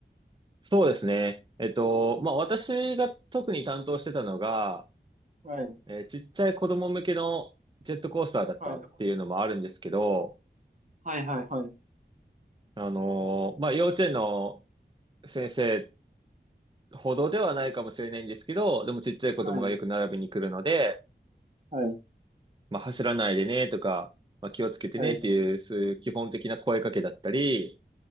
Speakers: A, on the right; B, on the right.
A: そうですね。えっと、まあ、私が特に担当してたのが、
B: はい。
A: えーちっちゃい子供向けのジェットコースターだったっていうのもあるんですけど、
B: はい。はいはいはい。
A: あのーまあ、幼稚園の先生ほどではないかもしれないんですけど、でもちっちゃい子供がよく並びに来るので、
B: はい。はい。
A: まあ、走らないでねとか、まあ、気をつけてねっていう、
B: はい。
A: そういう基本的な声かけだったり、